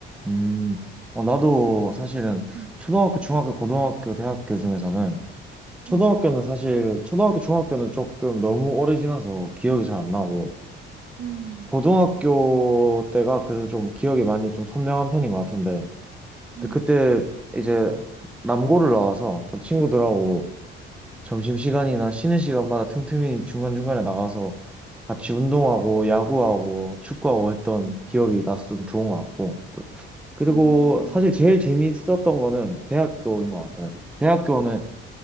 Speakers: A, in the centre; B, on the right (about 60°).
A: 음. 어, 나도 사실은
B: 응,
A: 초등학교, 중학교, 고등학교, 대학교 중에서는 초등학교는
B: 응,
A: 사실 초등학교 중학교는 조금 너무 오래 지나서 기억이 잘 안 나고
B: 응,
A: 고등학교 때가 그래도 좀 기억이 많이 좀 선명한 편인 것 같은데
B: 응,
A: 근데 그때 이제 남고를 나와서 그 친구들하고 점심시간이나 쉬는 시간마다 틈틈이 중간중간에 나가서 같이 운동하고 야구하고 축구하고 했던 기억이 나서 좀 좋은 것 같고 또 그리고
B: 음,
A: 사실 제일 재밌었던 거는 대학교인 것 같아요. 대학교는